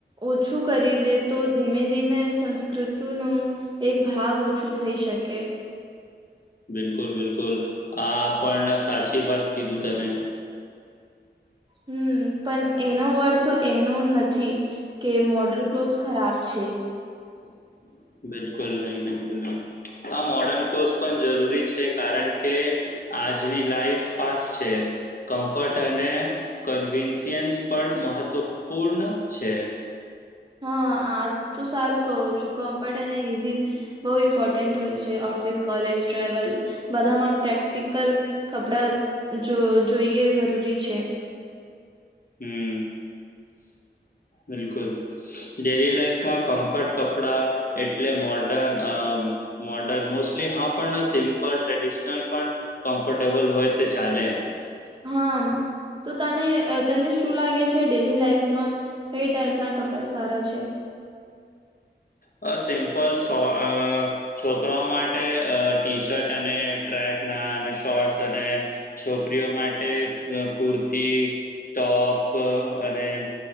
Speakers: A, on the right; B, on the left.
A: ઓછું કરી દે તો ધીમે ધીમે સંસ્કૃતૂ ન એક ભાગ ઓછું થઈ શકે
B: બિલકુલ બિલકુલ આ પણ સાચી વાત કીધું તને
A: હમ પણ એનો અર્થ તો એનો નથી કે મોડર્ન ક્લોથસ ખરાબ છે
B: <inaudible> બિલકુલ નહી બિલકુલ નહી આ મોડન કોર્સ પણ જરૂરી છે કારણ કે આજની લાઈફ ફાસ્ટ છે કમ્ફર્ટ અને કન્વીન્સયન્સ પણ મહત્વપૂર્ણ છે
A: હા આ તો સારું કહું છું કમ્ફર્ટ અને ઈઝી બહુ ઇમ્પોર્ટન્ટ હોય છે ઓફિસ કોલેજ ટ્રાવલ બધામાં પ્રેક ક્ટિકલ કપડાં જો જોઈએ જરૂરી છે
B: હમ બિલકુલ ડેલી લાઈફમાં કમ્ફર્ટ કપડા એટલે મોર્ડન અમ મોર્ડર્ન મોસ્ટલી હા પણ સિમ્પલ ટ્રેડિશનલ પણ કમ્ફર્ટેબલ હોય તો ચાલે
A: હા તો તને તને શું લાગે છે ડેલી લાાઈફમાં કઈ ટાઈપ ના કપડા સારા છે
B: અ સિમ્પલ સો અ છોકરાઓ માટે અ ટી શર્ટ અને ટ્રેકના અને શોર્ટસ અને છોકરીઓ માટે કુર્તી, ટોપ અને